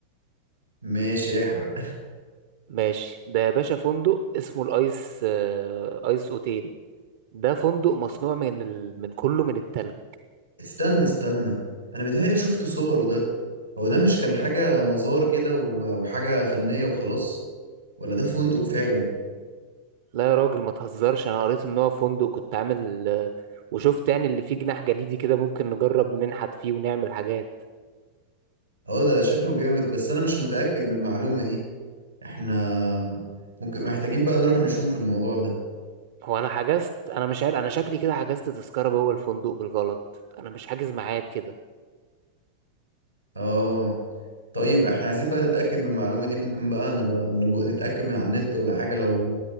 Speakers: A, on the right; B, on the right.
A: ماشي احرق
B: ماشي ده يا باشا فندق اسمه الأيس آه، أيس أوتيل ده فندق مصنوع من ال... من كله من التلج
A: استنى استنى انا بيتهيألي شفت صوره ده هو ده مش كان حاجة مزار كده و- وحاجة فنية وخلاص ولا ده فندق فعلي
B: لا يا راجل ما تهزرش أنا قريت إن هو فندق كنت عامل آه، وشفت يعني اللي فيه جناح جليدي كده ممكن نجرب ننحت فيه ونعمل حاجات
A: اه ده شكله جامد بس انا مش متأكد من المعلومة دي احنا ممكن محتاجين بقى نروح نشوف الموضوع ده
B: هو أنا حجزت أنا مش عارف أنا شكلي كده حجزت تذكرة جوه الفندق بالغلط أنا مش حاجز ميعاد كده
A: اه طيب احنا عايزين بقى نتأكد من المعلومة دي ممكن بقى نبقى نبقى نتأكد من على النت ولا حاجة لو